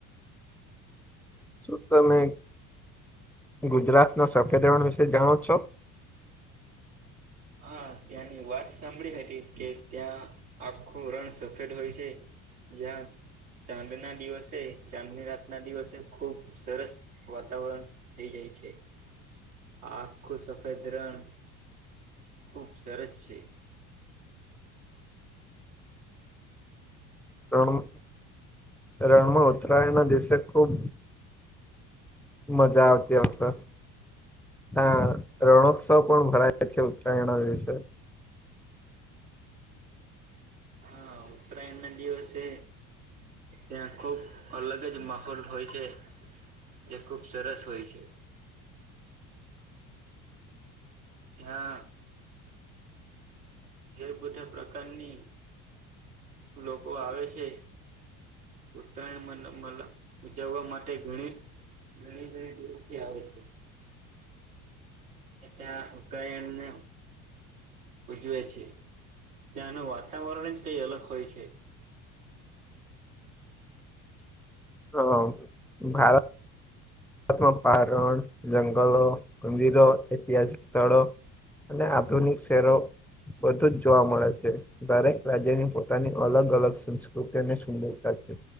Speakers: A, in the centre; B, on the right.
A: શું તમે ગુજરાત ના સફેદ, રણ વિશે. તે જાણો છો.
B: હા અત્યાર ની વાત સાંભળી એટલે ત્યાં આખું રણ સફેદ હોય છે. ક્યાંક. ચાંદ ના દિવસે ચાંદની રાતના, દિવસે ખુબ સરસ વાતાવરણ થઈ જાય આ આખું સફેદરણ ખૂબ સરસ છે.
A: રણ રણમાં ઉતરાયણના દિવસે ખુબ મજા આવતી હશે, હા રણોત્સવ પણ ભરાય છે, ઉત્તરાયણ ના દિવસે.
B: હા, ઉત્તરાયણ ના દિવસે ત્યાં ખુબ અલગ જ માહોલ હોય છે. જે ખુબ સરસ હોય છે. હા એ બધા પ્રકારની લોકો આવે છે. ઉત્તરાયણ મન મલ ઉજવવા માટે ઘણી ઘણી ઘણી દૂરથી આવે છે. એ ત્યાં ઉત્તરાયણને જુએ છે, ત્યાંનુ વાતાવરણ જ ક‌ઇ અલગ હોય છે.
A: હલો ભારત શું આ પારણ જંગલો મંદિરો ઐતિહાસિક સ્થળો અને આ તની શેરો બધું જ જોવા મળે છે દરેક રાજ્યની પોતાની અલગ અલગ સંસ્કૃતિ અને સુંદરતા છે.